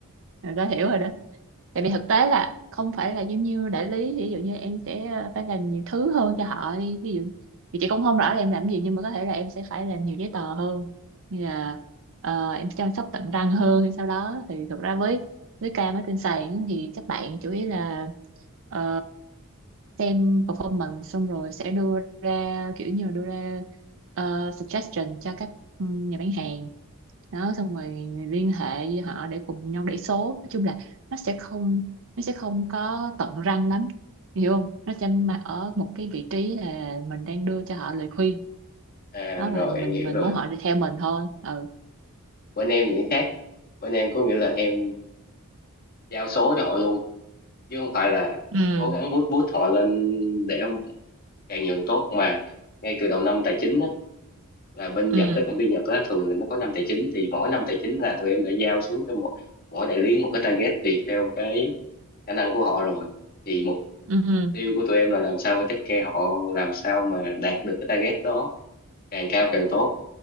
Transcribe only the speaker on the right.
người ta hiểu rồi đó tại vì thực tế là không phải là giống như đại lý ví dụ như em sẽ ờ, phải làm nhiều thứ hơn cho họ đi ví dụ thì chị cũng không rõ là em làm gì nhưng mà có thể là em sẽ phải làm nhiều giấy tờ hơn như là ờ, em chăm sóc tận răng hơn hay sau đó thì thực ra với với ca mới trên sàn thì các bạn chủ yếu là ờ, xem performance xong rồi sẽ đưa ra kiểu như là đưa ra ờ, suggestion cho các ừ, nhà bán hàng đó xong rồi liên hệ với họ để cùng nhau đẩy số nói chung là nó sẽ không nó sẽ không có tận răng lắm hiểu không nó sẽ mà ở một cái vị trí là mình đang đưa cho họ lời khuyên
đó mà
mình
mình
muốn họ đi theo mình thôi ừ
ừ
ừ
ừ